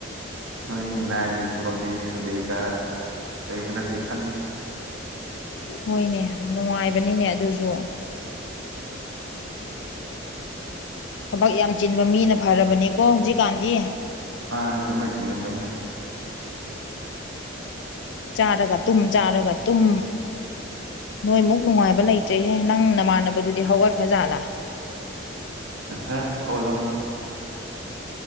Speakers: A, on the right; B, on the left.
A: ꯅꯣꯏ ꯃꯤꯅꯥꯏꯒꯤ ꯊꯕꯛꯇꯤ ꯁꯟꯗꯦꯀ ꯇꯩꯧꯕ ꯅꯠꯇꯦ ꯈꯪꯉꯤ
B: ꯍꯣꯏꯅꯦ ꯅꯨꯡꯉꯥꯏꯕꯅꯤꯅꯦ ꯑꯗꯨꯁꯨ ꯊꯕꯛ ꯌꯥꯝ ꯆꯤꯟꯕ ꯃꯤꯅ ꯐꯔꯕꯅꯦꯀꯣ ꯍꯧꯖꯤꯛꯀꯥꯟꯗꯤ
A: ꯑꯥ ꯆꯨꯝꯃꯦꯃꯦ ꯆꯨꯝꯃꯦ ꯆꯨꯝꯃꯦ
B: ꯆꯥꯔꯒ ꯇꯨꯝ ꯆꯥꯔꯒ ꯇꯨꯝ ꯅꯣꯏꯃꯨꯛ ꯅꯨꯡꯉꯥꯏꯕ ꯂꯩꯇ꯭ꯔꯦꯍꯦ ꯅꯪ ꯅꯃꯥꯟꯅꯕꯗꯨꯗꯤ ꯍꯧꯒꯠꯈ꯭ꯔꯖꯥꯠꯂꯥ
A: ꯉꯁꯦ ꯍꯜꯅꯃꯅꯤ